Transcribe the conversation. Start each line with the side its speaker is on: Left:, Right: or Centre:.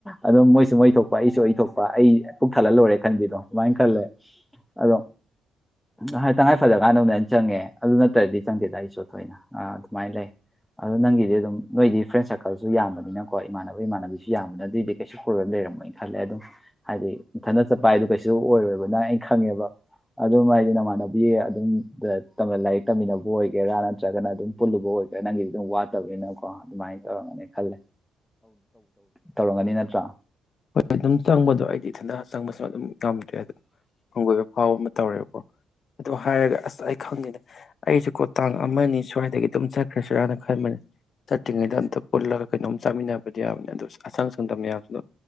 Centre: ꯑꯗꯨꯝ ꯃꯣꯏꯁꯨ ꯃꯩ ꯊꯣꯛꯣꯛꯄ ꯑꯩꯁꯨ ꯑꯣꯏꯊꯣꯛꯄ ꯑꯩ ꯀꯛ ꯊꯜꯍꯜꯂꯣꯏꯔꯦ ꯈꯟꯕꯤꯗꯣ ꯑꯗꯨꯃꯥꯏꯅ ꯈꯜꯂꯦ ꯑꯗꯣ ꯇꯉꯥꯏ ꯐꯗꯀꯥꯟꯗ ꯑꯃꯅ ꯑꯩꯅ ꯆꯪꯉꯦ ꯑꯗꯨ ꯅꯠꯇ꯭ꯔꯗꯤ ꯆꯪꯗꯦꯗ ꯑꯩꯁꯨ ꯊꯣꯏꯅ ꯑ ꯑꯗꯨꯃꯥꯏꯅ ꯂꯩ ꯑꯗꯨ ꯅꯪꯒꯤꯗꯤ ꯑꯗꯨꯝ ꯅꯣꯏꯗꯤ ꯐ꯭ꯔꯦꯟ ꯁꯥꯔꯀꯜꯁꯨ ꯌꯥꯝꯕꯅꯤꯅꯀꯣ ꯏꯃꯥꯟꯅꯕ ꯏꯃꯥꯟꯅꯕꯤꯁꯨ ꯌꯥꯝꯅꯤꯅ ꯑꯗꯨꯏꯗꯤ ꯀꯩꯁꯨ ꯄ꯭ꯔꯣꯕ꯭ꯂꯦꯝ ꯂꯩꯔꯝꯃꯣꯏꯅ ꯈꯜꯂꯦ ꯑꯗꯨꯝ ꯍꯥꯏꯗꯤ ꯃꯊꯠ ꯆꯠꯄ ꯍꯥꯏꯗ ꯀꯩꯁꯨ ꯑꯣꯏꯔꯣꯏꯕ ꯅꯪ ꯑꯩꯅ ꯈꯪꯉꯦꯕ ꯑꯗꯨꯝ ꯍꯥꯏꯗꯤ ꯅꯃꯥꯟꯅꯕꯤ ꯑꯗꯨꯝ ꯂꯥꯏꯔꯤꯛ ꯇꯝꯃꯤꯟꯅꯕ ꯑꯣꯏꯒꯦꯔꯥ ꯅꯠꯇ꯭ꯔꯒꯅ ꯑꯗꯨꯝ ꯄꯨꯜꯂꯨꯕ ꯑꯣꯏꯒꯦꯔꯥ ꯅꯪꯒꯤꯗꯤ ꯑꯗꯨꯝ ꯋꯥꯠꯇꯕꯅꯤꯅꯀꯣ ꯑꯗꯨꯃꯥꯏꯅ ꯇꯧꯔꯝꯒꯅꯤ ꯈꯜꯂꯦ ꯇꯧꯔꯝꯒꯅꯤ ꯅꯠꯇ꯭ꯔꯥ
Left: ꯍꯣꯏ ꯑꯗꯨꯝ ꯆꯪꯕꯗꯣ ꯑꯩꯗꯤ ꯏꯊꯟꯇ ꯆꯪꯕꯁꯨ ꯑꯗꯨꯝ ꯉꯝꯗ꯭ꯔꯦ ꯑꯗꯨ ꯍꯪꯒꯣꯏꯕ ꯐꯥꯎꯕ ꯇꯧꯔꯦꯕꯀꯣ ꯑꯗꯨ ꯍꯥꯏꯔꯒ ꯑꯁ ꯑꯩ ꯈꯪꯗꯦꯗ ꯑꯩꯁꯨ ꯀꯣ ꯇꯥꯡ ꯑꯃ ꯁ꯭ꯋꯥꯏꯗꯒꯤ ꯑꯗꯨꯝ ꯆꯠꯈ꯭ꯔꯁꯤꯔꯥꯅ ꯈꯟꯕꯅꯦ ꯆꯠꯇ꯭ꯔꯤꯉꯩꯗ ꯑꯝꯇ ꯄꯨꯜꯂꯒ ꯀꯩꯅꯣꯝ ꯆꯥꯃꯤꯟꯅꯕꯗꯤ ꯌꯥꯕꯅꯦ ꯑꯗꯨ ꯑꯁꯪ ꯁꯪꯗ ꯃꯌꯥꯝꯗꯨꯗ